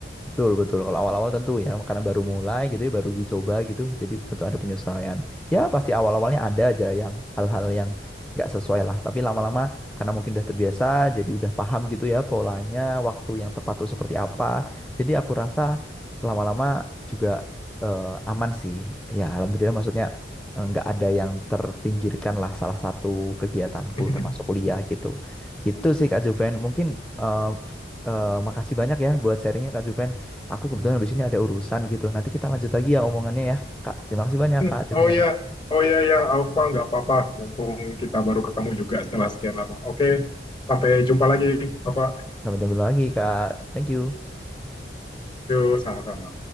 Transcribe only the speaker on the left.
<laughs>
Hmm,
Oh ya, oh ya ya, Alfa nggak apa-apa. Mumpung kita baru ketemu juga setelah sekian lama. Oke, sampai jumpa lagi, Alfa.
Yuk, sama-sama.